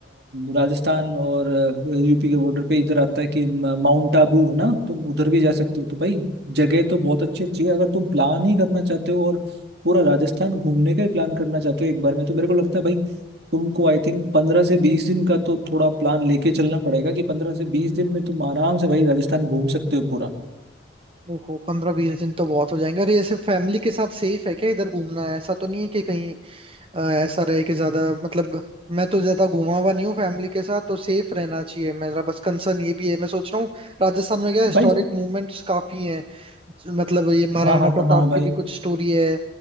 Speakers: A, on the right; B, on the right.
A: राजस्थान और अ, यूपी के बॉर्डर पे इधर आता है कि म- माउंट आबू है ना तुम उधर भी जा सकते हो तो भाई जगह तो बहुत अच्छी अच्छी है अगर तुम प्लान ही करना चाहते हो और पूरा राजस्थान घूमने का ही प्लान करना चाहते हो एक बार में तो मेरे को लगता है भाई तुमको आई थिंक पंद्रह से बीस दिन का तो थोड़ा प्लान लेके चलना पड़ेगा कि पंद्रह से बीस दिन में तुम आराम से भाई राजस्थान घूम सकते हो पूरा
B: ओहो पंद्रह बीस दिन तो बहुत हो जाएंगे और ये सिर्फ फैमिली के साथ सेफ है क्या इधर घूमना है ऐसा तो नहीं है कि कहीं अ, ऐसा रहे कि ज्यादा मतलब मैं तो ज्यादा घूमा हुआ नहीं हूँ फैमिली के साथ तो सेफ रहना चाहिए मेरा बस कंसर्न ये भी है मैं सोच रहा हूँ राजस्थान में क्या हिस्टोरिक
A: भाई
B: मूवमेंट्स काफी हैं मतलब ये महाराणा
A: हाँ हाँ हाँ
B: प्रताप
A: हाँ भाई
B: की भी कुछ स्टोरी है